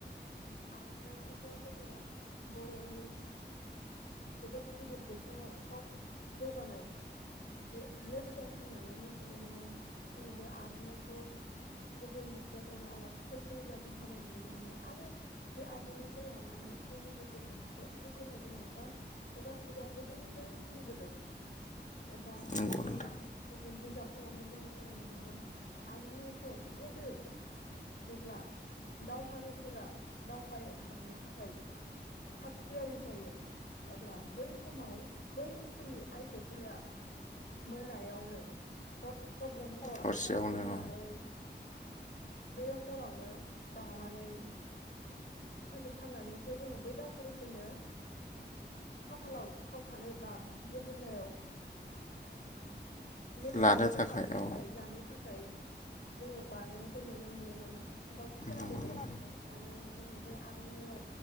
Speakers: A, on the left (about 65°); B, on the left (about 40°).
A: आर'नाइखौथ' जोङो बर'नि जोबोद गिदिर जोबस्राङाव जौगानाय मोनसे नेरसोन होननानै मोनथिनो मोनो जोङो बे आर'नाइखौ गुबुन जायगानि आलासिफोर फैयोब्ला जों होनाय नुनो मोनो आरो बे आर'नाइखौ लानानै जोंनि गेजेराव मोनसे फोथायनाय दङ बा खुगा खुगा गोदोनिफ्रायनो सोलिबोदों एबा
B: नंगौ
A: जोङो
B: नोंथां
A: गुबुन बिजाब फोरावनो जोङो फरायनो मोनदों आर'नाइखौ गोदो जेब्ला दावहारुफोरा दावहायाव थांनो थाखाय थागथियारि जायो अब्ला बै समाव बै ओनसोलनि आइजोफोरा मोनायावनो ह-हरजों हर
B: हरसेयावनो
A: सोंनानै
B: औ
A: बे हरावनो दानानै फोजोबथारनानै स सो जोङो बै दावहारुफोरनो खाफालाव खावखानो बा गोदोनायाव मोदोमाव
B: लानो
A: खावखानो थाखाय
B: औ
A: लानो थाखाय जोङो बानायनायखौ नुनो मोनोमोन बा खोनाबोदों
B: नंगौ नोंथां
A: आरो जोङो बे आर'नायाव